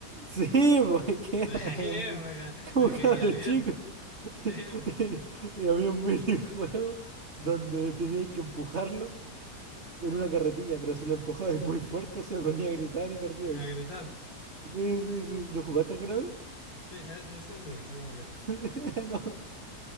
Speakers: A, on the right (about 40°); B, on the left (about 60°).
A: Sí, <laughs> porque
B: <laughs>
A: era como
B: Sí, me,
A: un,
B: ca-
A: como
B: me
A: un
B: caía
A: cabro
B: bien.
A: chico. <laughs>
B: Sí, po,
A: Y había un minijuego donde teníais que empujarlo en una carretilla, pero si lo empujabais muy fuerte se ponía a gritar y perdíais.
B: a gritar.
A: Sí, sí, sí. ¿Lo jugaste alguna vez?
B: Sí, e- ese sí, sí me acuerdo.
A: <laughs> No.